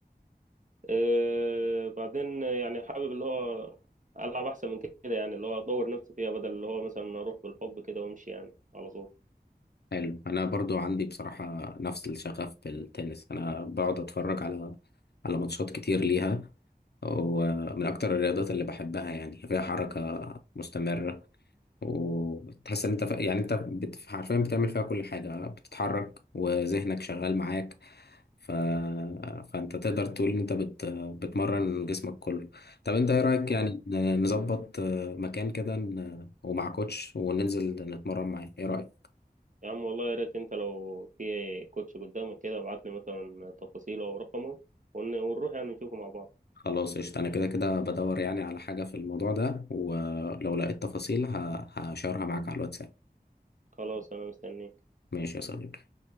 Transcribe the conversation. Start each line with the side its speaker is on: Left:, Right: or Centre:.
Right: أه بعدين يعني حابب اللي هو العب احسن من كده يعني اللي هو اطور نفسي فيها بدل اللي هو مثلا اروح بالحب كده وامشي يعني على طول
Left: حلو انا برضو عندي بصراحة نفس الشغف بالتنس انا بقعد اتفرج على على ماتشات كتير ليها ومن اكتر الرياضات اللي بحبها يعني فيها حركة مستمرة وتحس ان انت ف... يعني انت بت... حرفيا بتعمل فيها كل حاجة بتتحرك وذهنك شغال معاك ف... فانت تقدر تقول ان انت بت... بتمرن جسمك كله طب انت ايه رأيك يعني ن- نظبط آه، مكان كده ن... ومع كوتش وننزل نتمرن معاه ايه رأيك
Right: يا عم والله يا ريت انت لو في كوتش قدامك كده ابعت لي مثلا تفاصيله او رقمه ون- ونروح يعني نشوفه مع بعض
Left: خلاص قشطة انا كده كده بدور يعني على حاجة في الموضوع ده ولو لقيت تفاصيل ه... هشارها معاك على الواتساب
Right: خلاص انا مستنيه
Left: ماشي يا صديقي